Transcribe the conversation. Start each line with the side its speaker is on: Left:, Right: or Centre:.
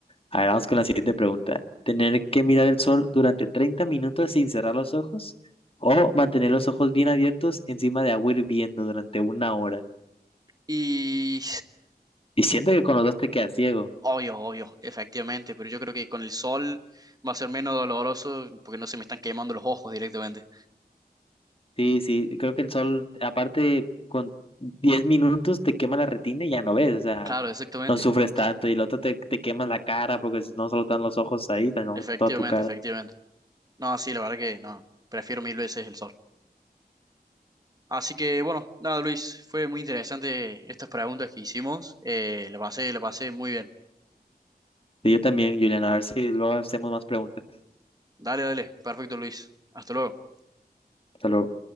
Left: A ver, vamos con la siguiente pregunta. ¿Tener que mirar el sol durante 30 minutos sin cerrar los ojos o mantener los ojos bien abiertos encima de agua hirviendo durante una hora?
Right: Y
Left: Y siento que con los dos te quedas ciego.
Right: Obvio, obvio, efectivamente, pero yo creo que con el sol va a ser menos doloroso porque no se me están quemando los ojos directamente.
Left: Sí, sí, creo que el sol, aparte, con 10 minutos te quema la retina y ya no ves, o sea,
Right: Claro, exactamente,
Left: no sufres
Right: justo.
Left: tanto. Y el otro te, te quema la cara porque no solo están los ojos ahí, también
Right: Efectivamente,
Left: toda tu cara.
Right: efectivamente. No, sí, la verdad que no, prefiero mil veces el sol. Así que bueno, nada, Luis, fue muy interesante estas preguntas que hicimos. Eh, la pasé, la pasé muy bien.
Left: Y yo también, Juliana, a ver si luego hacemos más preguntas.
Right: Dale, dale, perfecto, Luis. Hasta luego.
Left: Hasta luego.